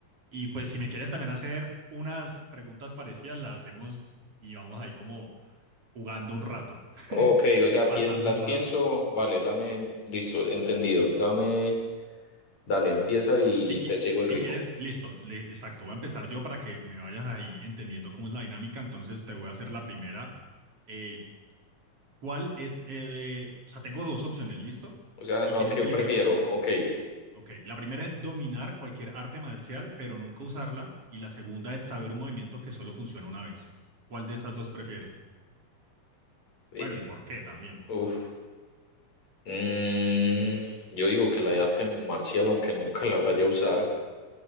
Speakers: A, on the right; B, on the left.
A: y pues si me quieres también hacer unas preguntas parecidas, las hacemos y vamos ahí como jugando un rato, <laughs>
B: ok, o sea,
A: pasando
B: pien- las
A: el rato.
B: pienso, vale, dame, listo, entendido, dame, dale, empieza y
A: Si, qui-
B: te sigo
A: si
B: el ritmo.
A: quieres, listo, le- exacto, voy a empezar yo para que me vayas ahí entendiendo cómo es la dinámica, entonces te voy a hacer la primera. Eh, ¿cuál es? eh, o sea, tengo dos opciones, ¿listo?
B: O sea,
A: Y
B: ¿a
A: tienes
B: ¿qué
A: que
B: prefiero?
A: elegir,
B: Ok,
A: ok, la primera es dominar cualquier arte marcial, pero nunca usarla, y la segunda es saber un movimiento que solo funciona una vez. ¿Cuál de esas dos prefieres?
B: eh,
A: Bueno, ¿y por qué también?
B: uf, mm, yo digo que la de arte marcial, aunque nunca la vaya a usar,